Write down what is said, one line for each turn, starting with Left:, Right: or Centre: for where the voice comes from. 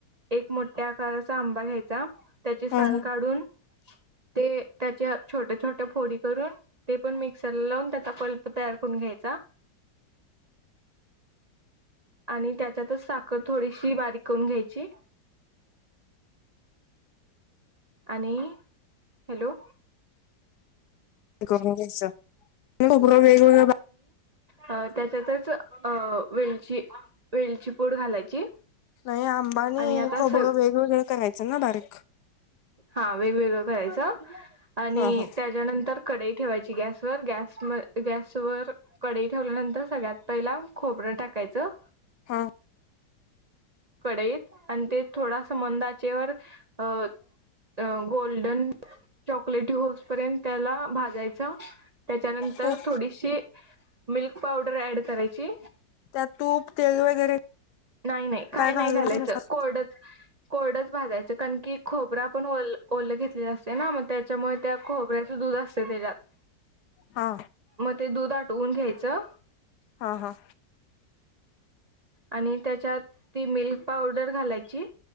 Right: एक मोठ्या आकाराचा आंबा घ्यायचा त्याची साल
Left: हं
Right: काढून ते त्याच्या छोट्या छोट्या फोडी करून ते पण मिक्सरला लावून त्याचा पल्प तयार करून घ्यायचा आणि त्याच्यातच साखर थोडीशी बारीक करून घ्यायची आणि हॅलो
Left: <unintelligible> वेगवेगळ <unintelligible>
Right: अह त्याच्यातच अह वेलची वेलची पुड घालायची
Left: नाही आंबा आणि
Right: आता
Left: हे खोबरं
Right: स
Left: वेगवेगळं करायचं ना बारीक
Right: हा वेगवेगळं करायचं आणि
Left: हा हा
Right: त्याच्यानंतर कडई ठेवायची गॅसवर गॅस गॅसवर कडई ठेवल्यानंतर सगळ्यात पहिला खोबरं टाकायचं
Left: हा
Right: कढईत आणि ते थोड असं मंद आचेवा अह अह गोल्डन चॉकलेटी हाईस पर्यंत त्याला भाजायचं त्याच्यानंतर
Left: तूप
Right: थोडीशी मिल्क पावडर ऍड करायची
Left: त्या तूप, तेल वगैरे
Right: नाही नाही काय नाही
Left: घालून
Right: घालायचं
Left: नसतात.
Right: कोरडच कोरडच भाजायचं कारण की खोबरं आपण ओ ओल घेतलेलं असते ना मग त्या च्यामुळे त्या खोबऱ्याच दूध असते त्याच्यात
Left: हा.
Right: मग ते दूध आटवून घ्यायचं
Left: हा हा.
Right: आणि त्याच्यात ती मिल्क पावडर घालायची.